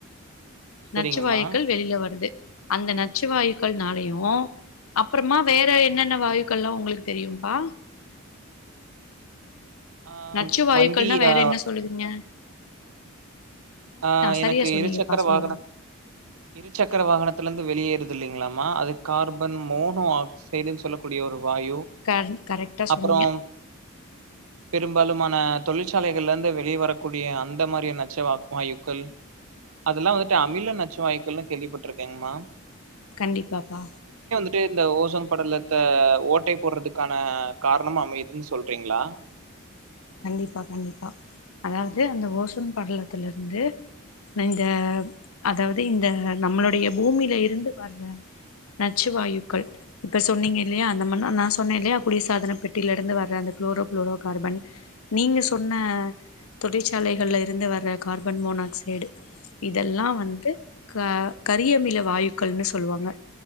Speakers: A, on the right; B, on the left.
A: சரிங்கம்மா
B: நச்சுவாயுக்கள் வெளில வருது அந்த நச்சுவாயுக்கள்னாலயூ அப்றமா வேற என்னென்ன வாயுக்கள்லா உங்ளுக்கு தெரியு பா
A: ஆ
B: நச்சுவாயுக்கள்னா
A: வண்டி
B: வேற
A: ஆ
B: என்ன சொல்லுவிங்க
A: ஆ எனக்கு
B: சரியா சொன்னீங்கப்பா
A: இரு சக்கர
B: சொல்லுங்க
A: வாகன இரு சக்கர வாகனத்துலிந்து வெளியேறுதில்லைங் ங்ளாமா அது கார்பன் மோனோ ஆக்ஸ் ஸைடுன்னு சொல்லக்கூடிய ஒரு வாயு
B: க கரெக்டா
A: அப்றோம்
B: சொன்னீங்க
A: பெரும்பாலுமான தொழிற்சாலைகள்லிந்து வெளி வரக்கூடிய அந்த மாரி நச்சுவாக் வாயுக்கள் அதெல்லா வந்துட்டு அமில நச்சு வாயுக்கள்னு கேள்விப்பட்ருக்கேங்ம்மா
B: கண்டிப்பாப்பா
A: ட்டு இந்த ஓசோன் படலத்த ஓட்டை போடுறதுக்கான காரணம் அமைதுன் சொல்றீங்களா
B: கண்டிப்பா கண்டிப்பா அதாவது அந்த ஓசோன் படலத்துலிருந்து இந்த அதாவது இந்த நம்மளுடைய பூமியில இருந்து வர நச்சுவாயுக்கள் இப்ப சொன்னீங்க இல்லையா அந்த ம நான் சொன்னே இல்லையா குளிர்சாதன பெட்டிலிருந்து வர அந்த க்ளோரோ ப்ளூரோ கார்பன் நீங்க சொன்ன தொழிற்சாலைகள்ல இருந்து வர்ற கார்பன் மோனாக்சைடு இதெல்லா வந்து க கரியமில வாயுக்கள்னு சொல்லுவாங்க